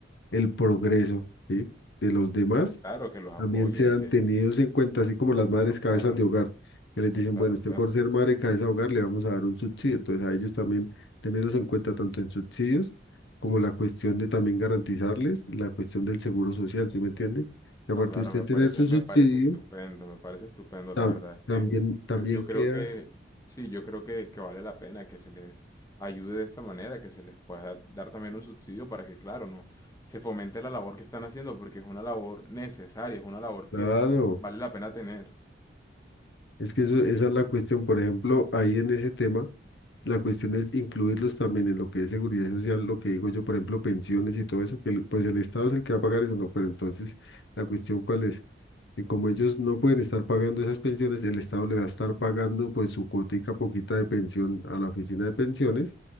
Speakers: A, on the left; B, on the left.
A: el progreso, ¿sí? de los demás
B: Sí, claro, que los
A: también
B: apoyen,
A: sean
B: que...
A: tenidos en cuenta, así como las
B: Claro,
A: madres cabezas
B: claro,
A: de hogar, que les dicen,
B: claro,
A: bueno, usted
B: claro.
A: por ser madre cabeza de hogar le vamos a dar un subsidio, entonces a ellos también tenerlos en cuenta tanto en subsidios como la cuestión de también garantizarles la cuestión del seguro social, ¿sí me entiende? Que
B: No,
A: aparte
B: claro,
A: de usted
B: me
A: tener
B: parece,
A: su subsidio,
B: me parece estupendo, me parece estupendo.
A: tam-
B: La verdad es que
A: también, también
B: yo, yo creo
A: queda,
B: que, sí, yo creo que, que vale la pena que se les ayude de esta manera, que se les pueda dar, dar también un subsidio para que, claro, no se fomente la labor que están haciendo, porque es una labor necesaria, es una labor
A: claro,
B: que vale la pena tener.
A: es que eso, esa es la cuestión, por ejemplo, ahí en ese tema. La cuestión es incluirlos también en lo que es seguridad social, lo que digo yo, por ejemplo, pensiones y todo eso, que el- pues el Estado es el que va a pagar eso, no, pero entonces la cuestión cuál es, que como ellos no pueden estar pagando esas pensiones, el Estado le va a estar pagando pues su cuotica poquita de pensión a la oficina de pensiones